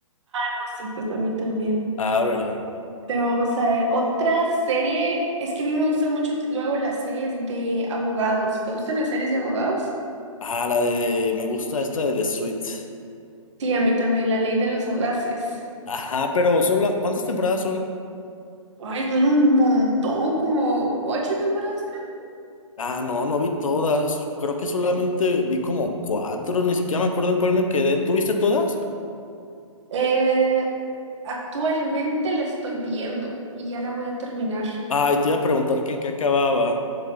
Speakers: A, on the right; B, on the left.
A: No, sí, pues a mí también.
B: Ah, ¿verdad?
A: Pero vamos a ver, otra serie. Es que a mí me gustan mucho luego las series de abogados. ¿Te gustan las series de abogados?
B: Ah, la de, me gusta esta de The Suite.
A: Sí, a mí también, La Ley de los Audaces.
B: Ajá, pero solo, ¿cuántas temporadas son?
A: Ay, son un montón, como ocho temporadas,
B: Ah, no, no vi todas. Creo que solamente
A: creo.
B: vi como cuatro, ni siquiera me acuerdo en cuál me quedé. ¿Tú viste todas?
A: Eh, actualmente la estoy viendo y ya la voy a terminar.
B: Ay, te iba a preguntar que en qué acababa.